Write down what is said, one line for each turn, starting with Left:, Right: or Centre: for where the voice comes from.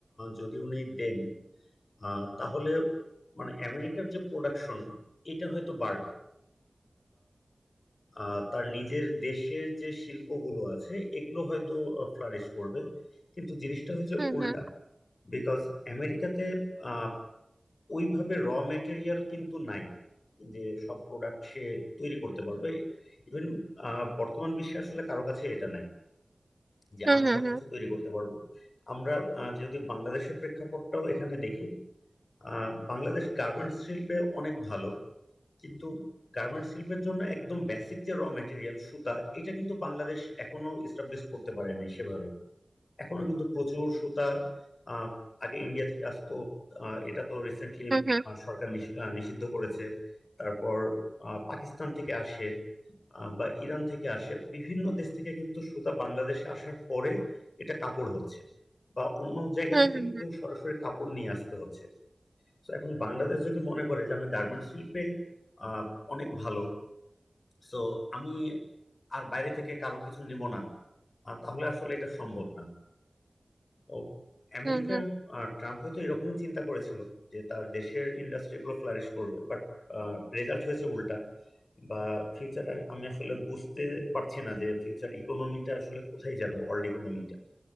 Left: যদি উনি দেন আহ, তাহলে মানে আমেরিকার যে প্রোডাকশন এটা হয়তো বাড়বে আহ, তার নিজের দেশের যে শিল্পগুলো আছে এগুলো হয়তো ফ্লারিশ করবে কিন্তু জিনিসটা হচ্ছে
Right: হুম
Left: উল্টা
Right: হুম
Left: বিকজ আমেরিকাতে আহ, ওইভাবে র মেটেরিয়াল কিন্তু নাই যে সব প্রোডাক্ট সে তৈরি করতে পারবে ইভেন বর্তমান বিশ্বে আসলে কারো কাছে এটা নাই যে
Right: হুম
Left: আমি
Right: হুম
Left: সবকিছু তৈরি করতে পারবো আমরা আহ, যদি বাংলাদেশের প্রেক্ষাপটটাও এখানে দেখি আহ, বাংলাদেশ গার্মেন্টস শিল্পে অনেক ভালো কিন্তু গার্মেন্টস শিল্পের জন্য একদম বেসিক যে র মেটেরিয়াল সুতা এটা কিন্তু বাংলাদেশ এখনো এস্টাবলিশ করতে পারেনি সেভাবে এখনো কিন্তু প্রচুর সুতা আহ, আগে ইন্ডিয়া থেকে আসতো আহ, এটা তো রিসেন্টলি
Right: হুম হুম
Left: সরকার নিষ- আহ, নিষিদ্ধ করেছে তারপর আহ, পাকিস্তান থেকে আসে আহ, বা ইরান থেকে আসে বিভিন্ন দেশ থেকে কিন্তু সুতা বাংলাদেশে আসার পরে এটা কাপড় হচ্ছে বা অন্য জায়গা
Right: হুম
Left: থেকে
Right: হুম
Left: কিন্তু সরাসরি কাপড় নিয়ে আসতে হচ্ছে তো এখন বাংলাদেশ যদি মনে করে যে আমি গার্মেন্টস শিল্পে আহ, অনেক ভালো তো আমি আর বাইরে থেকে কারো কিছু নিব না আহ, তাহলে আসলে এটা সম্ভব না ও আমেরিকা
Right: হুম হুম
Left: আর ট্রাম্প হয়তো এরকমই চিন্তা করেছিল যে তার দেশের ইন্ডাস্ট্রিগুলো ফ্লারিশ করবে বাট রেজাল্ট হয়েছে উল্টা বা ফিউচার আমি আসলে বুঝতে পারছি না যে ফিউচার ইকোনমিটা আসলে কোথায় যাবে ওয়ার্ল্ড ইকোনমিটা